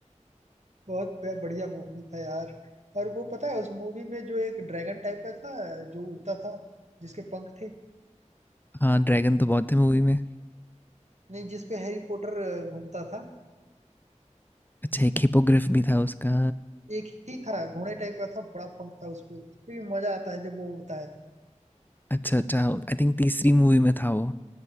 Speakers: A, on the right; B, on the left.
A: बहुत ब- बढ़िया मूवी था यार और वो पता है उस मूवी में जो एक ड्रैगन टाइप का था जो उड़ता था जिसके पंख थे
B: हाँ ड्रैगन तो बहुत थे मूवी में
A: नहीं जिसपे हैरी पॉटर अ, घूमता था
B: अच्छा एक हिपोग्रिफ भी था उसका
A: एक ही था घोड़े टाइप का था बड़ा पंख था उसपे उसपे भी मजा आता है जब वो उड़ता है तो
B: अच्छा अच्छा आई थिंक तीसरी मूवी में था वो